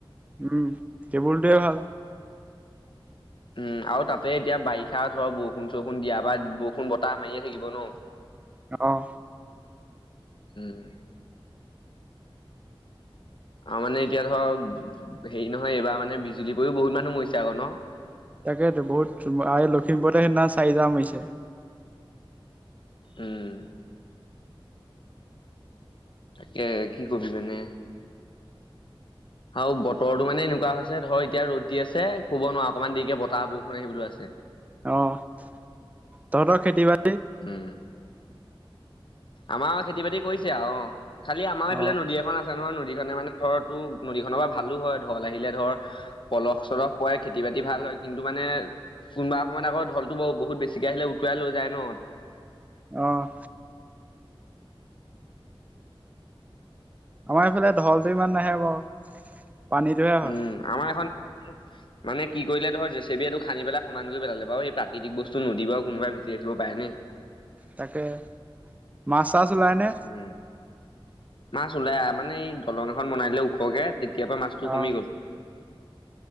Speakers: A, on the right; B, on the left.
A: উম, কেবুলটোৱে ভাল।
B: উম, আৰু তাতে এতিয়া বাৰিষা ধৰ বৰষুণ চৰষুণ দিয়াৰ বা বৰষুণ বতাহ মাৰিয়ে থাকিব ন'।
A: অ'।
B: উম। আৰু মানে এতিয়া ধৰ হেৰি নহয় এইবাৰ মানে বিজুলী পৰিও বহুত মানুহ মৰিছে আকৌ ন'?
A: তাকেটো বহুত অ', লখিমপুৰতে সেইদিনাখন চাৰি জা মাৰিছে।
B: উম। তাকে কি ক'বি মানে আৰু বতৰটো মানে এনেকুৱা হৈছে ধৰ এতিয়া ৰ'দ দি আছে, ক'ব নোৱাৰ অকণমান দেৰিকে বতাহ বৰষুণ আহিবলৈ আছে।
A: অ', তহঁতৰ খেতি বা
B: উম। আমাৰ আৰু খেতি বাতি কৰিছে আৰু খালি আমাৰ এইফালে
A: অ
B: নদী এখন আছে নহয়, নদী লে কাৰণে ধৰ তোৰ নদীখনৰপৰা ভালো হয়, ঢল আহিলে ধৰ পলস চলস পুৱাই খেতি বাতি ভাল হয়। কিন্তু মানে কোনোবা সময়ত ঢলটো ব-বহুত বেছিকে আহিলে উটুৱাই লৈ যায় ন'।
A: অ'। আমাৰ ইফালে ঢলটো ইমান নাহে বাৰু পানীটো হে হয়।
B: উম আমাৰ এখন মানে কি কৰিলে ধৰ জেচিবি এইটো খান্দি পেলাই সমান কৰি পেলালে বাৰু এই প্ৰাকৃতিক বস্তু নদী বা আৰু কোনোবা <unintelligible> ৰাখিব পায় নে?
A: তাকে মাছ চাছ ওলাই নে?
B: উম মাছ ওলাই মানে এই দলং এখন বনাই দিলে ওখকে তে তেতিয়া পৰা মাছটো কমি
A: অ
B: গ'ল,